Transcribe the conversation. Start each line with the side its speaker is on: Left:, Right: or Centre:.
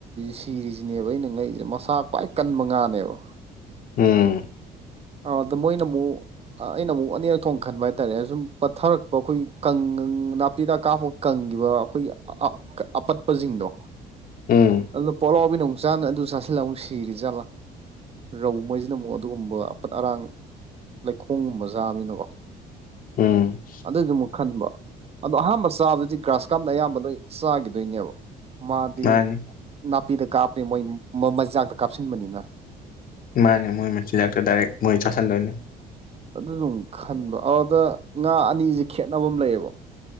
Right: ꯁꯤꯔꯤꯖꯤꯅꯦꯕ ꯑꯩꯅ ꯉꯛꯢꯖꯦ ꯃꯁꯥ ꯈ꯭ꯋꯥꯏ ꯀꯟꯕ ꯉꯥꯅꯦꯕ
Left: ꯎꯝ
Right: ꯑꯥꯎ ꯑꯗ ꯃꯣꯏꯅ ꯃꯨꯛ ꯑꯩꯅ ꯃꯨꯛ ꯑꯅꯤꯔꯛ ꯊꯣꯛꯅ ꯈꯟꯕ ꯍꯥꯏꯇꯥꯔꯦ ꯑꯗꯨꯝ ꯄꯊꯔꯛ ꯃ ꯈꯣꯏ ꯀꯪꯒ ꯅꯥꯄꯤꯗꯥꯛ ꯀꯥꯞꯄ ꯀꯪꯒꯤꯕ ꯑꯈꯣꯏꯒꯤ ꯑꯄꯠꯄꯖꯤꯡꯗꯣ
Left: ꯎꯝ
Right: ꯑꯗꯨ ꯄꯣꯂꯥꯎꯕꯤꯅ ꯃꯨꯛ ꯆꯥꯝꯅꯦ ꯑꯗꯨ ꯆꯥ ꯁꯜꯂ ꯑꯃꯨꯛ ꯁꯤꯔꯤ ꯖꯥꯠꯂꯥ ꯔꯧ ꯃꯣꯏꯁꯤꯅ ꯑꯃꯨꯛ ꯑꯗꯨꯒꯨꯝꯕ ꯑꯄꯠ ꯑꯔꯥꯡ ꯂꯩꯈꯣꯝꯒꯨꯝꯕ ꯆꯥꯕꯖꯤꯅꯀꯣ
Left: ꯎꯝ
Right: ꯑꯗꯨꯏꯗꯨꯃꯛ ꯈꯟꯕ ꯑꯗꯣ ꯑꯍꯥꯟꯕ ꯆꯥꯕꯗꯨꯗꯤ ꯒ꯭ꯔꯥꯁ ꯀꯥꯞꯅ ꯑꯌꯥꯝꯕ ꯂꯣꯢ ꯆꯥꯒꯤꯗꯣꯏꯅꯦꯕ ꯃꯥꯗꯤ
Left: ꯃꯥꯅꯤ
Right: ꯅꯥꯄꯤꯗ ꯀꯥꯄꯦ ꯃꯣꯏ ꯃꯆꯤꯟꯖꯥꯛꯇ ꯀꯥꯞꯁꯤꯟꯕꯅꯤꯅ
Left: ꯃꯥꯅꯦ ꯃꯣꯏ ꯃꯆꯤꯟꯖꯥꯛꯇ ꯗꯥꯏꯔꯦꯛ ꯃꯣꯏ ꯆꯥꯁꯟꯗꯣꯏꯅꯦ
Right: ꯑꯗꯨꯖꯨ ꯃꯨꯛ ꯈꯟꯕ ꯑꯧꯗ ꯉꯥ ꯑꯅꯤꯖꯦ ꯈꯦꯠꯅꯕ ꯑꯝ ꯂꯩꯌꯦꯕ